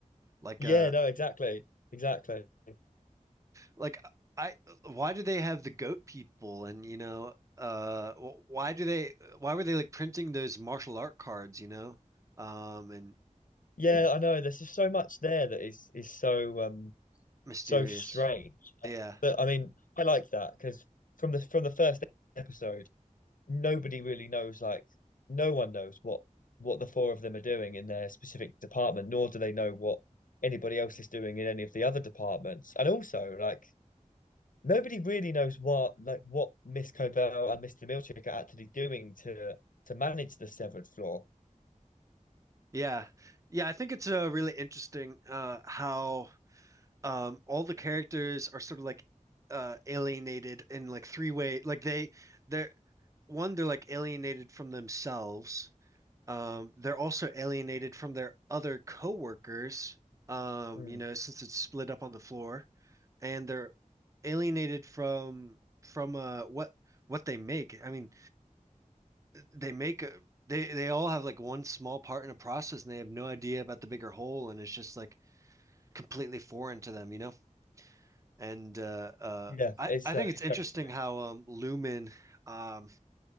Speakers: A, on the right; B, on the left.
A: Like
B: yeah,
A: uh
B: no, exactly, exactly. Yeah.
A: like I why do they have the goat people and you know uh wh- why do they why were they like printing those martial art cards, you know? Um and
B: Yeah, I know. There's just so much there that is is so um
A: mysterious.
B: so strange
A: Yeah.
B: But I mean, I like that because from the from the first episode, nobody really knows like no one knows what what the four of them are doing in their specific department, nor do they know what anybody else is doing in any of the other departments. And also, like nobody really knows what like what Miss Cobell and Mr. Milchick are actually doing to to manage the severed floor.
A: Yeah. Yeah, I think it's uh really interesting uh how um all the characters are sort of like uh alienated in like three way like they they're one they're like alienated from themselves um they're also alienated from their other coworkers um
B: Mm.
A: you know since it's split up on the floor and they're alienated from from uh what what they make I mean they make a, they they all have like one small part in a process and they have no idea about the bigger whole and it's just like completely foreign to them you know and uh, uh,
B: Yeah,
A: I
B: it's
A: I think
B: uh,
A: it's
B: it's
A: interesting
B: very strange.
A: how um, Lumen um,